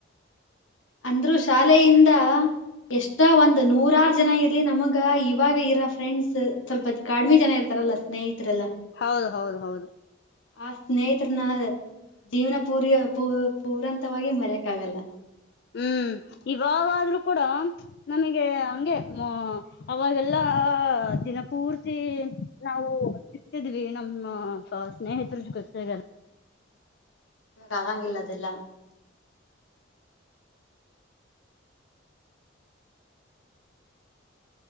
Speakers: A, on the left (about 80°); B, on the left (about 55°).
A: ಅಂದ್ರು ಶಾಲೆಯಿಂದ ಎಷ್ಟೋ ಒಂದು ನೂರಾರು ಜನ ಇರ್ಲಿ ನಮಗ್ ಗ್ ಇವಾಗ ಇರೋ ಫ್ರೆಂಡ್ಸ್ ಸ್ವಲ್ಪ ಕಡಿಮಿ ಜನ ಇರ್ತಾರಲ್ಲಾ ಸ್ನೇಹಿತರೆಲ್ಲಾ
B: ಹೌದು ಹೌದು ಹೌದು
A: ಆ ಸ್ನೇಹಿತರನಾ ಜೀವನ ಪೂರಿಯೋ ಪೂ ಪೂರಂತವಾಗಿ ಮರೆಯಕ್ಕ ಆಗಲ್ಲ.
B: ಹ್ಮ್ ಇವಾಗಾದ್ರೂ ಕೂಡ ನನಗೆ ಹಂಗೆ ಮ ಅವಾಗೆಲ್ಲ ದಿನ ಪೂರ್ತಿ ನಾವು ಸಿಕ್ತಿದ್ವಿ ನಮ್ಮ್ ಹ ಸ್ನೇಹಿತರು ತ್ತಿ ಗ <unintelligible>
A: ಆಗಂಗಿಲ್ಲ ಅದೆಲ್ಲಾ